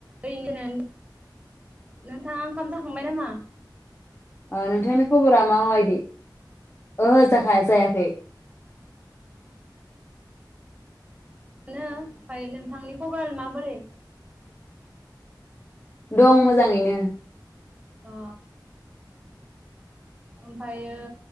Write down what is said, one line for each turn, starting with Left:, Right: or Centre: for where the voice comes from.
Right: ओरैनो नोंथाङा खाम जाखांबाय नामा?
Left: अ नोंथांनि खबरा माबायदि? ओहो जोहा जायाखै।
Right: नो ओमफाय नोंथांनि खबर माबोरै?
Left: दं मोजाङैनो।
Right: अ ओमफायो